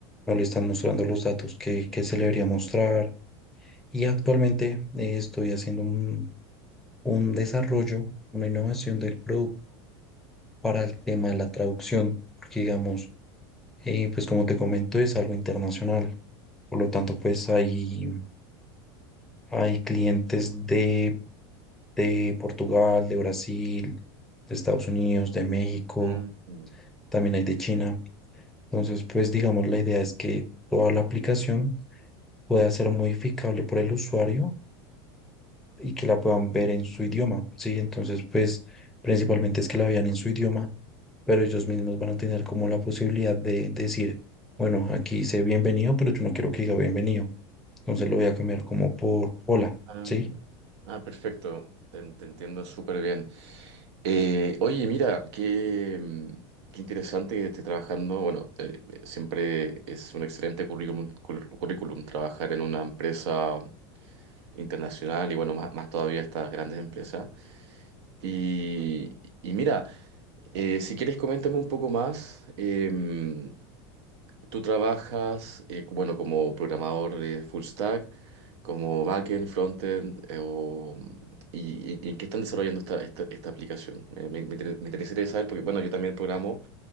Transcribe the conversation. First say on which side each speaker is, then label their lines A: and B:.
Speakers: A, in the centre; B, on the right.
A: no le están mostrando los datos que, que se le debería mostrar. Y actualmente eh, estoy haciendo un, un desarrollo, una innovación del producto para el tema de la traducción, porque digamos, eh, pues como te comento, es algo internacional. Por lo tanto, pues hay, hay clientes de, de Portugal, de Brasil, de Estados Unidos, de México,
B: Mm.
A: también hay de China. Entonces, pues digamos, la idea es que toda la aplicación pueda ser modificable por el usuario y que la puedan ver en su idioma, ¿sí? Entonces, pues principalmente es que la vean en su idioma, pero ellos mismos van a tener como la posibilidad de decir, bueno, aquí dice bienvenido, pero yo no quiero que diga bienvenido, entonces lo voy a cambiar como por hola,
B: Ah,
A: ¿sí?
B: ah, perfecto, te, te entiendo súper bien. Eh, oye, mira, qué, mm, qué interesante que estés trabajando. Bueno, eh, eh, siempre es un excelente currículum, cur- currículum trabajar en una empresa internacional y bueno, más, más todavía estas grandes empresas. Y, y mira, eh, si quieres coméntame un poco más. em, Tú trabajas, eh, bueno, como programador de full stack, como backend, frontend, eh, o- y, y- y en qué están desarrollando esta, esta, esta aplicación. Eh, Me, me, inter- me interesaría saber, porque bueno, yo también programo,